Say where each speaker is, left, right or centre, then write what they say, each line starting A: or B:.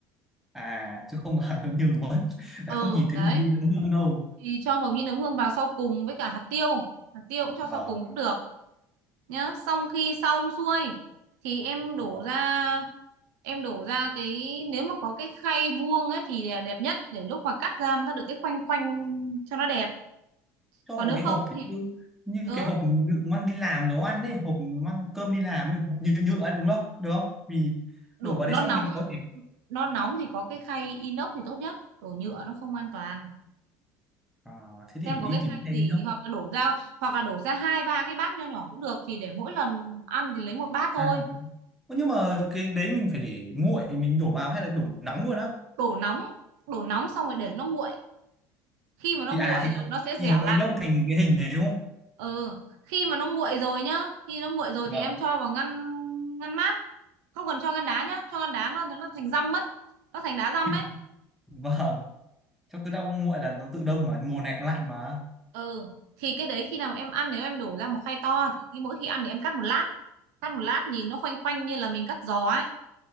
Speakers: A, in the centre; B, on the right.
A: à chứ không mà <laughs> nó nhừ mất
B: ờ
A: lại không nhìn thấy
B: đấy
A: mùi vị nó hương đâu
B: thì cho mộc nhĩ nấm hương vào sau cùng với cả hạt tiêu hạt tiêu cũng cho
A: vâng
B: sau cùng cũng được nhá xong khi xong xuôi thì em đổ
A: vâng.
B: ra em đổ ra cái nếu mà có cái khay vuông ấy thì là đẹp nhất để lúc mà cắt ra nó được cái khoanh khoanh cho nó đẹp
A: cho
B: còn
A: vào
B: nếu
A: cái
B: không
A: hộp
B: thì
A: như như
B: ừ,
A: cái hộp đựng mang đi làm nấu ăn ấy hộp mang cơm đi làm ấy, hộp nhựa nhựa ấy, đúng không được không vì
B: đổ
A: đổ vào đấy
B: nó
A: xong
B: nóng
A: mình có thể
B: nó nóng thì có cái khay inox thì tốt nhất đổ nhựa nó không an toàn
A: à, thế thì
B: xem
A: phải
B: có
A: đi
B: cái
A: tìm
B: khay
A: cái
B: gì
A: nữa
B: hoặc là đổ ra hoặc là đổ ra hai ba cái bát nho nhỏ cũng được thì để mỗi lần ăn thì lấy một bát thôi
A: à, mình- Ơ, nhưng mà cái đấy mình phải để nguội mình đổ vào hay là đổ nóng luôn á
B: đổ nóng đổ nóng xong rồi để nó nguội khi mà nó
A: thì
B: nguội
A: à thì
B: là
A: nó-
B: nó sẽ dẻo
A: thì nó mới
B: lại
A: đông thành cái hình đấy đúng không
B: ừ khi mà nó nguội rồi nhá khi nó nguội rồi
A: vâng
B: thì em cho vào ngăn ngăn mát không cần cho ngăn đá nhá cho ngăn đá nó nó thành dăm mất nó thành đá
A: <laughs>
B: dăm ấy
A: vâng trong cứ đông nguội là nó tự đông mà mùa này cũng lạnh mà
B: ừ thì cái đấy khi nào em ăn nếu em đổ ra một khay to thì khi mỗi khi ăn thì em cắt một lát cắt một lát nhìn nó khoanh khoanh như là mình cắt giò ấy